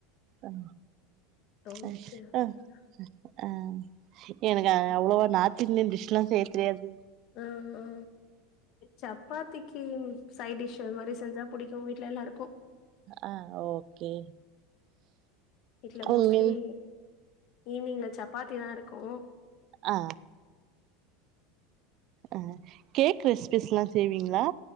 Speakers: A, on the right (about 45°); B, on the left (about 50°).
A: அ
B: ஓகே,
A: அ
B: ஓகேங்க.
A: அ அ எனக்கு அவ்வளவா நார்த் இந்தியன் டிஷ்லாம் செய்ய தெரியாது
B: ஆ ஆ சப்பாத்திக்கு சைடிஷ் மாரி செஞ்சா புடிக்கு வீட்ல எல்லாருக்கு.
A: ஆ ஓகே
B: வீட்ல மோஸ்ட்லி
A: உங்கள்
B: ஈவ்னிங்ல சப்பாத்தி தா இருக்கு.
A: அ அ கேக் ரெசிபிஸ்லா செய்வீங்களா?